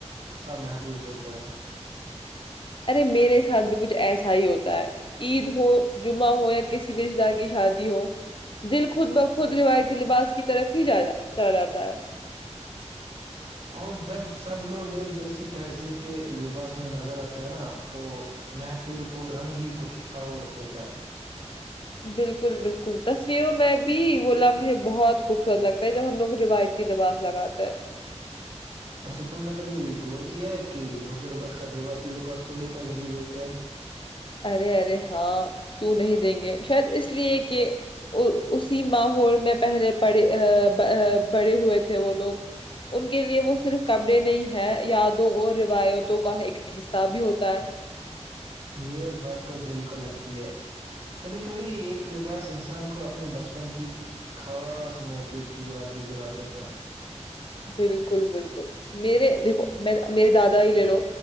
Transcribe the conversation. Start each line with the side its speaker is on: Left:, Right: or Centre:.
Right: سا محسوس ہوتا ہے
Left: ارے میرے ساتھ بھی کچھ ایسا ہی ہوتا ہے عید ہو جمعہ ہو یا کسی بھی رشتے دار کی شادی ہو دل خود بخود روایتی لباس کی طرف ہی جا ج جاتا ہے
Right: اور جب سب لوگ ایک جیسی تہذیب کے لباس میں نظر آتے ہیں نا تو محفل کو رنگ ہی کچھ اور ہوتا ہے
Left: بالکل بالکل کوئی تصویروں میں بھی وہ لمحے بہت خوبصورت لگتا ہے جب ہم لوگ روایتی لباس لگاتے ہے
Right: ایسے تم نے کبھی غور کیا ہے کہ بزرگ اکثر روایتی لباس کو ہی تجریح دیتے ہیں
Left: ارے ارے ہاں کیوں نہیں دیں گے شاید اس لیے کہ اسی ماحول میں پہلے پڑے آ بڑ بڑے ہوئے تھے وہ لوگ ان کے لیے وہ صرف کپڑے نہیں ہے یادوں اور روایتوں کا ایک حصہ بھی ہوتا ہے
Right: یہ بات تو دل کو لگتی ہے کبھی کبھی ایک لباس انسان کو اپنے بچپن کی خاص موقع کی یاد بھی دلا دیتا ہے
Left: بالکل بالکل میرے دیکھو میں میرے دادا ہی لے لو